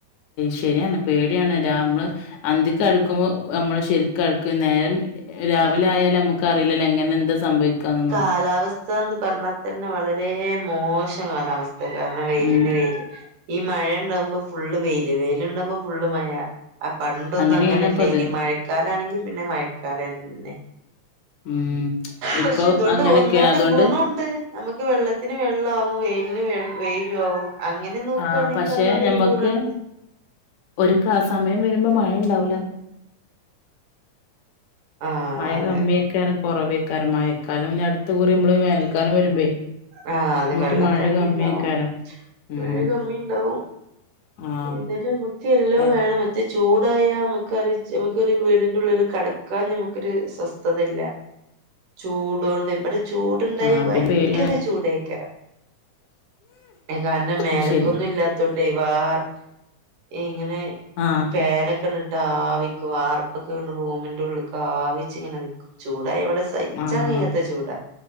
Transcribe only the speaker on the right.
ഉം
കാലാവസ്ഥ സ്ഥാന്ന് പറഞ്ഞാ തന്നെ വളരെ മോശം കാലാവസ്ഥ കാരണം വെയിലിന്
വെയില്. ഈ മഴാണ്ടാമ്പോ ഫുള്ള് വെയില് വെയിലുണ്ടാമ്പോ ഫുള്ള് മഴ. ആ പണ്ടൊന്നും
അങ്ങനെല്ലേനി
മഴക്കാലാണെങ്കി പിന്നെ മഴക്കാലന്നെ.
പക്ഷേ ഇതോണ്ട്
ഒന്നോണ്ട്
ഗുണണ്ട്. നമുക്ക് വെള്ളത്തിന് വെള്ളാവും വെയിലിന് വെൾ വെയിലു ആവും. അങ്ങനെ നോക്ക്കാണെങ്കിലതോണ്ടൊരു
ഗുണണ്ട്.
ആഹ്
അതെ
ആഹ് അതേ
വെള്ളകമ്മിണ്ടാവും
മഴ കമ്മിണ്ടാവും.
ഏതാലും <unintelligible> എല്ലാം
വേണം. ചൂടായാ അമുക്കറിയാ നമുക്കൊരു വീടിന്റുള്ളില് കടക്കാൻ ഞമുക്കൊരു സ്വസ്ഥതയില്ല. ചൂടൊണ്ട് ഇവ്ടെ ചൂടുണ്ടായാ
ഭയങ്കര
ചൂടേക്കരം. കാരണം മേലക്കൊന്നുല്ലാത്തോണ്ട്
ഇവാർ ഇങ്ങനെ
ഫാനൊക്കണ്ട്ട്ടാവി വാർപ്പൊക്കെള്ള റൂമിന്റെ ഉള്ളിക്ക് ആവിച്ച് ഇങ്ങനെ നിക്കും, ചൂടായ ഇവിടെ സയ്ച്ചാൻ
കയാത്ത ചൂട,